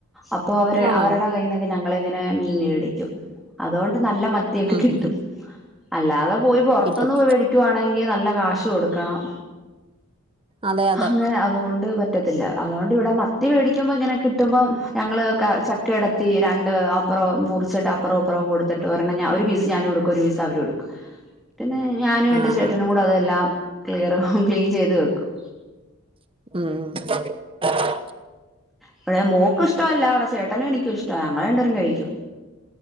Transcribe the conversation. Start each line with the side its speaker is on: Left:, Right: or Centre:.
Centre: അപ്പൊ അവര്
Right: ആണോ
Centre: അവരടെ കയ്ൽ നിന്നൊക്കെ ഞങ്ങളിങ്ങനെ മീമേടിക്കും അതോണ്ട് നല്ല മത്തിയക്കെ
Right: ഉം
Centre: കിട്ടും
Right: ഉം ഉം
Centre: അല്ലാത പോയി പൊറത്തുന്ന്
Right: കിട്ടും
Centre: പോയി വേടിക്കുവാണെങ്കിൽ നല്ല കാശ് കൊടുക്കണം
Right: അതെ അതെ
Centre: അങ്ങനെ അതുകൊണ്ട് പറ്റ ത്തില്ല അതുകൊണ്ട് ഇവിടെ മത്തി വേടിക്കുമ്പോ ഇങ്ങനെ കിട്ടുമ്പോ ഞങ്ങള് കെടത്തി രണ്ട് അപ്പൊറൊം മുറിച്ചിട്ട് അപ്പുറൊം ഇപ്പറൊം കൊടുത്തിട്ട് ഒരെണം ഒരു പീസ് ഞാനു എടുക്കും ഒരു പീസവരു എടുക്കും പിന്നെ ഞാനും
Right: ആഹ്
Centre: എന്റെ ചേട്ടനും
Right: ആഹ്
Centre: കൂടതെല്ലാം ക്ലിയറ ക്ലീൻ ചെയ്ത് വെക്കും
Right: ഉം
Centre: ഇവിടെ മോക്കിഷ്ടവല്ല ഇവിടെ ചേട്ടനും എനിക്കും ഇഷ്ട ഞങ്ങ രണ്ടേരും കഴിക്കും